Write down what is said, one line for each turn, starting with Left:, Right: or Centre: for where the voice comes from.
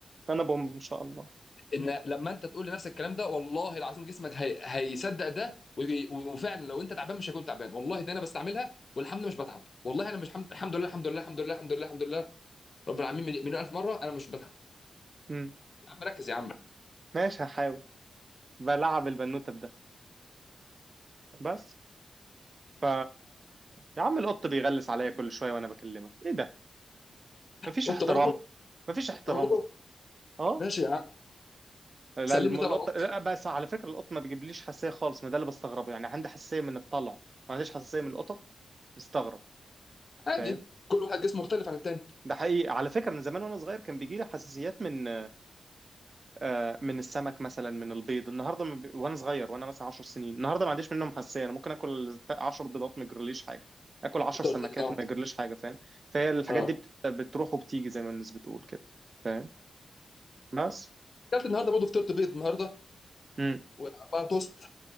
Right: انا بومب ان شاء الله
Left: ان لما انت تقول لنفسك الكلام ده والله العظيم جسمك هي... هيصدق ده وي- وفعلا لو انت تعبان مش هيكون تعبان والله ده انا بستعملها والحمد لله مش بتعب والله انا مش حمد... الحمد لله الحمد لله الحمد لله الحمد لله الحمد لله رب العالمين مليون مليون الف مره انا مش بتعب
Right: امم
Left: يا عم ركز يا عم
Right: ماشي هحاول بلعب البنوتة بده بس ف يا عم القط بيغلس عليا كل شوية وانا بكلمك ايه ده مفيش
Left: وانت
Right: احترام
Left: برضه
Right: مفيش احترام
Left: انت برضه
Right: اه
Left: ماشي يا عم
Right: لا
Left: سلمني
Right: الم-
Left: طبعا
Right: القط
Left: القط
Right: لا، بس على فكرة القط ما بيجيبليش حساسية خالص ما ده اللي بستغربه يعني عندي حساسية من الطلع ما عنديش حساسية من القطط مستغرب
Left: عادي
Right: فاهم
Left: كل واحد جسمه مختلف عن التاني
Right: ده حقيقي على فكرة من زمان وانا صغير كان بيجي لي حساسيات من آه، من السمك مثلا من البيض النهارده من ب... وانا صغير وانا مثلا 10 سنين النهارده ما عنديش منهم حساسيه انا ممكن اكل 10 بيضات ما يجرليش حاجه اكل 10
Left: انت
Right: سمكات
Left: قلت لي اه
Right: وما يجرليش حاجه فاهم فهي الحاجات
Left: اه
Right: دي بت... بتروح وبتيجي زي ما الناس بتقول كده فاهم بس
Left: اكلت النهارده برضه فطرت بيض النهارده
Right: امم
Left: واربعه توست